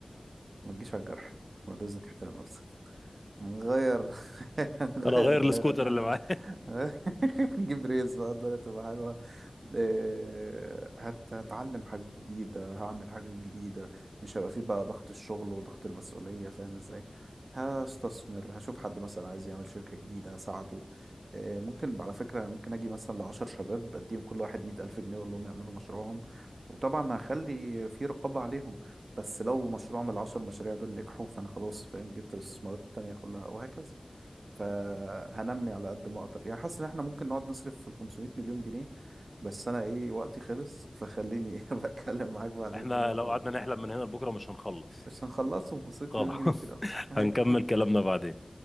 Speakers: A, on the right; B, on the left.
A: ما تجيش على الجرح بعد إذنك احترم نفسك هنغير <laughs> هنغير
B: انا اغير
A: الدايرة
B: السكوتر
A: اللي احنا
B: اللي معايا
A: <laughs> فيها. نجيب ريز بقى الدايرة تبقى حلوة آه، هت- هتعلم حاجة جديدة هعمل حاجة جديدة مش هيبقى فيه بقى ضغط الشغل وضغط المسؤولية فاهم ازاي هستثمر هشوف حد مثلا عايز يعمل شركة جديدة هساعده آه، ممكن على فكرة يعني ممكن أجي مثلا لعشر شباب أديهم كل واحد مية ألف جنيه وأقول لهم يعملوا مشروعهم وطبعا هخلي في رقابة عليهم بس لو مشروع من العشر مشاريع دول نجحوا فأنا خلاص فاهم جبت الاستثمارات التانية كلها وهكذا فهنمي على قد ما أقدر يعني حاسس إن احنا ممكن نقعد نصرف في ال 500 مليون جنيه بس انا ايه وقتي خلص فخليني إيه <laughs> بتكلم معاك
B: <laughs>
A: بعدين
B: احنا
A: في الموضوع
B: لو قعدنا
A: ده
B: نحلم من هنا لبكره مش هنخلص
A: مش هنخلصه وخسرت
B: خلاص
A: مليون جنيه كتير قوي
B: <laughs>
A: <laughs> ايوه
B: هنكمل كلامنا بعدين